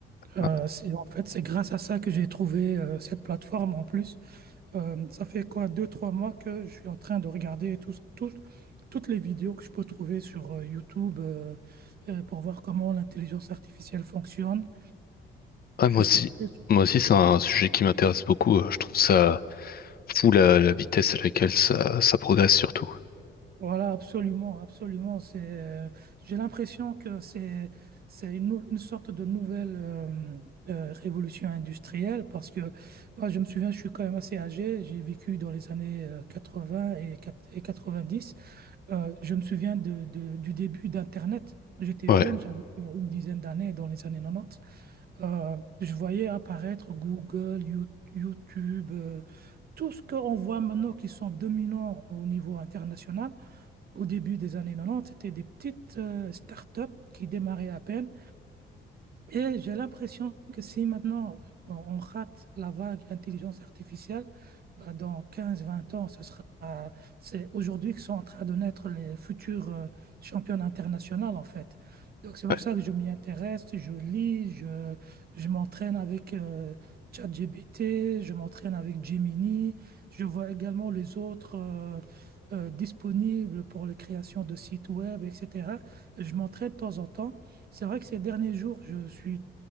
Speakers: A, on the right; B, on the left.
A: Euh,
B: Ah,
A: c'est, en fait, c'est grâce à ça que j'ai trouvé euh, cette plateforme en plus. Euh, ça fait quoi, deux, trois mois que je suis en train de regarder tous tous- toutes les vidéos que je peux trouver sur euh, YouTube euh, euh, pour voir comment l'intelligence artificielle fonctionne.
B: ah,
A: Je
B: moi aussi.
A: suis très
B: Moi aussi, c'est un sujet qui m'intéresse beaucoup. Euh, Je trouve ça fou la, la vitesse à laquelle ça, ça progresse surtout.
A: Voilà, absolument, absolument. C'est, euh, j'ai l'impression que c'est, c'est une, nou- une sorte de nouvelle euh, euh, révolution industrielle parce que moi, je me souviens, je suis quand même assez âgé. J'ai vécu dans les années euh, 80 et, quat- et 90. Euh, je me souviens de, de- du début d'Internet. J'étais
B: Ouais.
A: jeune, j'avais euh, une dizaine d'années dans les années 90. Euh, je voyais apparaître Google, You- YouTube, euh, tout ce qu'on voit maintenant qui sont dominants au niveau international. Au début des années 90, c'était des petites euh, startups qui démarraient à peine. Et j'ai l'impression que si maintenant on on rate la vague intelligence artificielle, bah, dans quinze vingt ans, ce sera, c'est aujourd'hui que sont en train de naître les futurs euh, champions internationaux, en fait. Donc c'est pour
B: Ouais,
A: ça que je m'y intéresse, je lis, je, je m'entraîne avec euh, ChatGPT, je m'entraîne avec Gemini, je vois également les autres euh, euh, disponibles pour la création de sites web, etc. Je m'entraîne de temps en temps. C'est vrai que ces derniers jours, je suis